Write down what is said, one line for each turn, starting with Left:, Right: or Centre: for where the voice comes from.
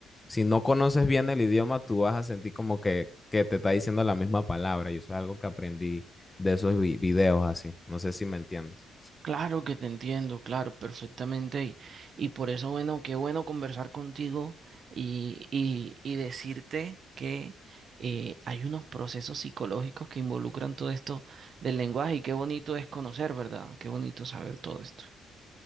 Left: si no conoces bien el idioma, tú vas a sentir como que, que te está diciendo la misma palabra, y eso es algo que aprendí de esos vi- videos así, no sé si me entiendes.
Right: Claro que te entiendo, claro, perfectamente. Y, y por eso, bueno, qué bueno conversar contigo y, y, y decirte que eh, hay unos procesos psicológicos que involucran todo esto del lenguaje y qué bonito es conocer, ¿verdad? Qué bonito saber todo esto.